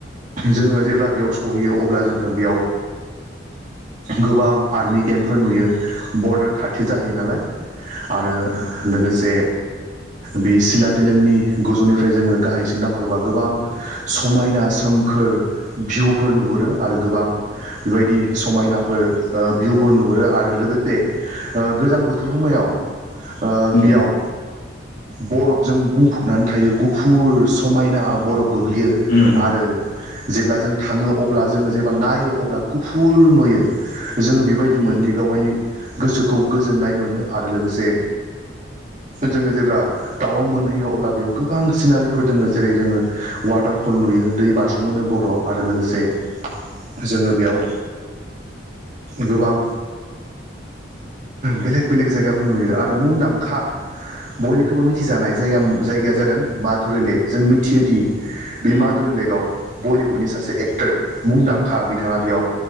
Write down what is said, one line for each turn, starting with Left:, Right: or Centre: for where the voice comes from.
Right: जोङो जेब्ला बेयाव सहैयो अब्ला जोङो बेयाव गोबां आर्मि केम्पफोर नुयो बरडार खाथि जाहैयो नालाय आरो
Left: औ
Right: लोगोसे बि सिला टेनेलनि गोजौनिफ्राय जोङो गाहाय सिं नाहरोबा गोबां समायना सोमखोर भिउफोर नुहरो आरो गोबां बेबायदि समायनाफोर भिउफोर नुहुरो आरो लोगोसे गोजां बोथोर हमयाव ओ
Left: उम
Right: बियाव बरफजों बुंफबनानै थायो गुफुर समायना बरफ गो ग्लियो
Left: उम
Right: आरो जेब्ला जों थाङो अब्ला जोङो जेब्ला नायो अब्ला गुफ पुल नुयो। जोङो बेबायदि
Left: उम
Right: मोनदि गावगायनि गोसोखौ गोजोननाय मोनो आरो लोगोसे जोङो जेब्ला टावां मोनहैयो अब्ला बेयाव गोबां सिनारिफोर दोङो जेरै जोंङो वाटार भल नुयो दै बाज्रुम होनो बर'आव आरो लोगोसे जोंङो बेयाव गोबां बेलेग बेलेग जायगाफोर नुयो आरो मुंदांखा बयनिख्रुइबो मिथिजानाय जायगाया जादों माधुरि लेक जों मिथियोदि बि
Left: उम
Right: माधुरि लेग आव बलिउबुडनि सासे एक्टर मुंदांखा बिथाङा बेयाव